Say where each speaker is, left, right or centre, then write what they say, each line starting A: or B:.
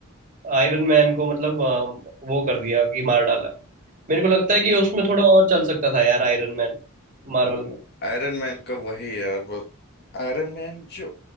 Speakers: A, on the right; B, on the left.
A: आयरन मैन को मतलब अ, वो कर दिया कि मार डाला मेरे को लगता है कि उसमें थोड़ा और चल सकता था यार आयरन मैन मार्वल में
B: आयरन मैन का वही यार बस आयरन मैन जो